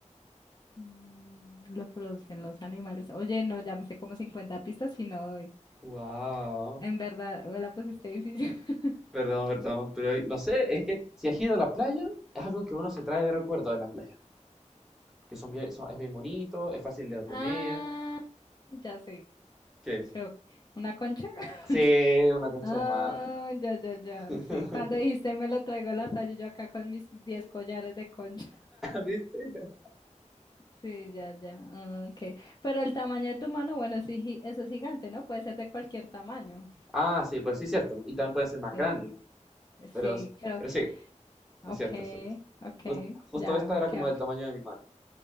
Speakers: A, on the left (about 35°); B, in the centre.
A: Mm, lo producen los animales. Oye, no, ya me sé como 50 pistas y no doy.
B: Wow.
A: En verdad, me la pusiste difícil. <laughs>
B: Perdón, perdón, pero no sé, es que si has ido a la playa, es algo que uno se trae de recuerdo de la playa, que son bien- son- es bien bonito, es fácil de obtener.
A: Ah, ya sé,
B: ¿Qué es?
A: creo que una concha. <laughs>
B: Sí, una concha
A: Ah,
B: de mar.
A: ya, ya, ya,
B: <laughs>
A: sí. Cuando dijiste me lo traigo a la playa, yo acá con mis 10 collares de concha.
B: ¿Viste?
A: Sí, ya, ya. ah, Ok. Pero el tamaño de tu mano, bueno, sí, gi- eso es gigante, ¿no? Puede ser de cualquier tamaño.
B: Ah, sí, pues sí, es cierto. Y también pueden ser más
A: Sí,
B: grandes,
A: sí,
B: pero,
A: creo.
B: pero sí,
A: Ok,
B: es cierto, es cierto.
A: ok,
B: Jus- justo
A: ya
B: esta
A: me
B: era
A: quedo.
B: como del tamaño de mi mano.